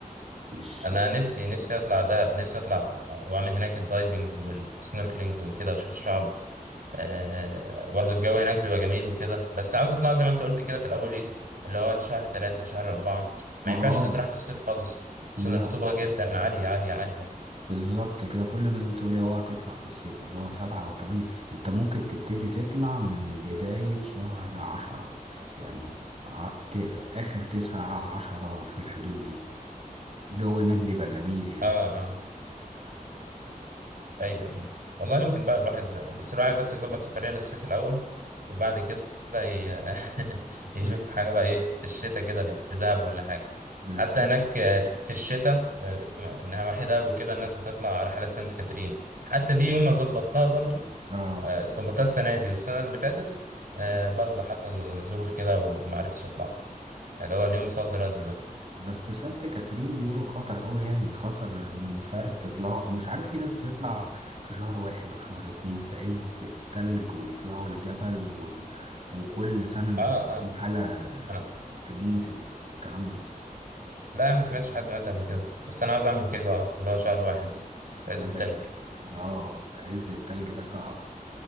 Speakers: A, on the right (about 45°); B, on the right (about 75°).
A: مش
B: انا نفسي نفسي اطلع دهب نفسي اطلع واعمل هناك الدايفنج والسنوركلينج وكده واشوف الشعب آه، برضه الجو هناك بيبقى جميل وكده بس عاوز اطلع زي ما انت قلت كده في الاول ايه اللي هو شهر ثلاثة شهر أربعة
A: ما
B: ما ينفعش
A: هو آه،
B: تطرح في الصيف خالص
A: لا
B: عشان الرطوبة جدا عالية عالية عالية
A: بالظبط كده كل الناس بتقول لي اوعى تطلع في الصيف اللي هو سبعة أو تمانية أنت ممكن تبتدي تطلع من بداية شهر عشرة يعني ع- ت- آخر تسعة عشرة في الحدود دي الجو هناك بيبقى جميل يعني
B: اه اه ايوه ايوه والله ممكن بقى الواحد بس الواحد بس يظبط سفريه للصيف الاول وبعد كده ي... <laughs> يشوف
A: <laughs>
B: حاجه بقى ايه في الشتاء كده لدهب ولا حاجه
A: بالظبط
B: حتى هناك آه، في في الشتاء آه، في نواحي دهب وكده الناس بتطلع رحلات سانت كاترين حتى دي يوم ما ظبطتها برضو
A: اه
B: آه، ظبطتها السنه دي والسنه اللي فاتت آه، برضو حصل ظروف كده وما عرفتش اطلع اللي هو اليوم صد رد ده
A: بس سانت كاترين بيقولوا خطر قوي يعني خطر انه مش عارف تطلع مش عارف في ناس بتطلع في شهر واحد وشهر اتنين في عز التلج ويطلعوا الجبل و... وكل سنة ناس
B: اه اه
A: حالة
B: انا
A: تموت والكلام ده
B: لا يا عم ما سمعتش حد مات قبل كده بس انا عاوز اعمل كده اه اللي هو شهر واحد في
A: لا
B: عز
A: ده
B: التلج
A: اه عز التلج ده صعب